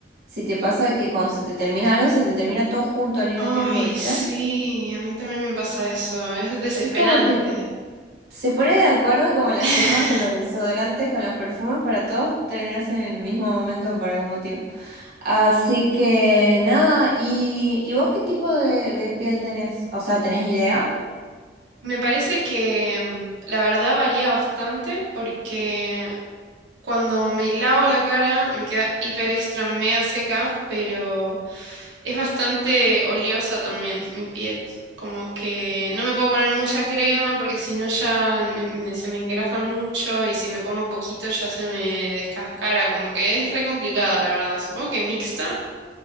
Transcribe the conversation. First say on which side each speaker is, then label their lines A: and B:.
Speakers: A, on the right; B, on the right.
A: si te pasa que cuando se te termina algo, se te termina todo junto al mismo
B: Ay,
A: tiempo, ¿viste?
B: sí, a mí también me pasa eso. Es desesperante.
A: Es como que se pone de acuerdo como las
B: <laughs>
A: cremas con los desodorantes, con los perfumes, para todos terminas en el mismo momento por algún motivo. Así que nada, ¿y, y vos qué tipo de, de piel tenés? O sea, ¿tenés idea?
B: Me parece que mm, la verdad varía bastante porque cuando me lavo la cara me queda hiper extra mega seca, pero Es bastante oleosa también mi piel. Como que no me puedo poner mucha crema porque si no ya me- me- se me engrasa mucho y si me pongo poquito ya se me descascara. Como que es re complicado, la verdad. Supongo que mixta,